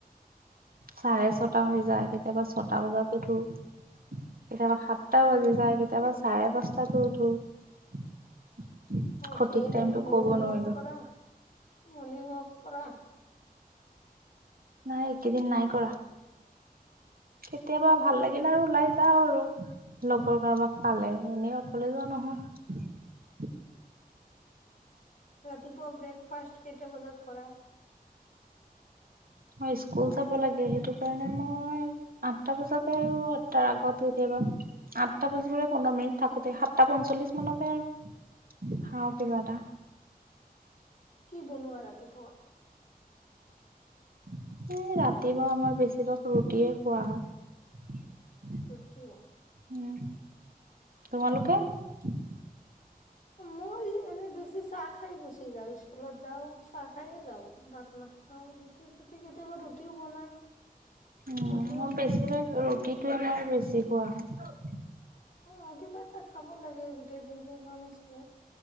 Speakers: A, on the right (about 70°); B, on the left (about 55°).
A: চাৰে ছটা হৈ যায় কেতিয়াবা ছটা বজাত উঠো কেতিয়াবা সাত টা বাজি
B: উম
A: যায় কেতিয়াবা চাৰে পাঁচ তাতো, <unintelligible>
B: অ', উঠেই
A: সঠিক টাইমতটো
B: নেকি মৰ্ণিং
A: কব নোৱাৰিলো
B: -ৱাক কৰা মৰ্ণিং- -ৱাক। কৰা।
A: নাই একেদিন নাই কৰা। কেতিয়াবা ভাল লাগে। লাগিলে আৰু ওলাই যাও আৰু লগৰ কাৰোবাক পালে, এনেই অকলে যোৱা নহয়।
B: ৰাতিপুৱা ব্ৰেকফাষ্ট কেইটা বজাত কৰা?
A: মই স্কুল যাব লাগে। সেইটো কাৰণে মই আঠটা বজাতে আৰু আঠটাৰ আগত কেতিয়াবা আঠটা বজিবলৈ পোন্ধৰ -মিনিট থাকোতে সাতটা -পঞ্চল্লিশ মানতে আৰু খাওঁ কিবা এটা।
B: কি বনোৱা ৰাতিপুৱা?
A: এ ', ৰাতিপুৱা আমাৰ বেছিভাগ ৰুটিয়ে খোৱা হয়।
B: ৰুটি।
A: উম, তোমালোকে, <inaudible>
B: মই এনেই বেছি চাহ খাই গুচি যাওঁ স্কুলত যাওঁ চাহ খাইয়ে যাওঁ ভাত নাখাওঁ ৰুটি- চুটি কেতিয়াবা ৰুটিও বনাই।
A: উম,
B: ৰুটিও
A: মই
B: খাওঁ
A: বেছিভাগ ৰুটি, টোৱে মোৰ বেছি খোৱা হয়।
B: অ', কিবা এটা খাব লাগে গোটেই দিনটোৰ কাৰণে চোৱা।